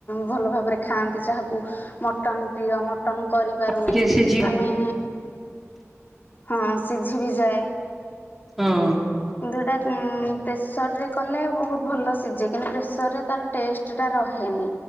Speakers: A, on the left; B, in the centre.
A: ଭଲ ଭାବରେ ଖାଆନ୍ତି ଯାହାକୁ ମଟନ୍ ପ୍ରିୟ ମ। ଟନ କରିପାରୁନି
B: ଟିକେ ସେ ଝିଅ
A: ଆମେ
B: ବି
A: ହଁ ସିଝି ବି ଯାଏ।
B: ହୁଁ।
A: ଦୁଇଟା ପ୍ରେସରରେ କଲେ ବହୁତ ଭଲ ସିଝେ କିନ୍ତୁ ପ୍ରେସରରେ ତାର ଟେଷ୍ଟଟା ରହେନି।